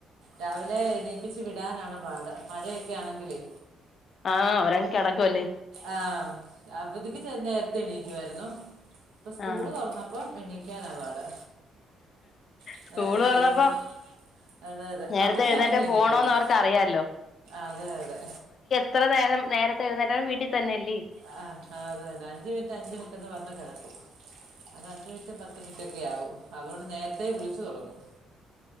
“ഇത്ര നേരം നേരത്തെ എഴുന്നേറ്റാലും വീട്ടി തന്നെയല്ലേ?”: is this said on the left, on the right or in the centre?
Left